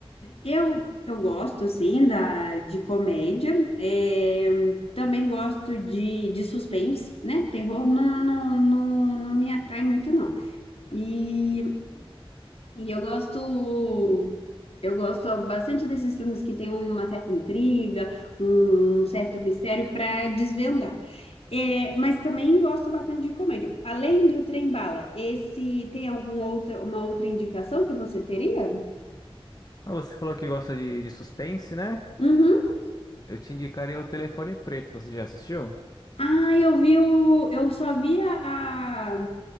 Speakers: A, on the left; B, on the left.
A: Eu, eu gosto, sim, da, de comédia. É, também gosto de, de suspense, né? Terror não, não, não, não me atrai muito, não. E, e eu gosto, eu gosto bastante desses filmes que tem uma certa intriga, um certo mistério para desvendar. É, mas também gosto bastante de comédia. Além do Trem Bala, esse tem algum outra, uma outra indicação que você teria?
B: Ah, você falou que gosta de, de suspense, né?
A: Uhum.
B: Eu te indicaria o Telefone Preto. Você já assistiu?
A: Ah, eu vi o, eu só vi a, a-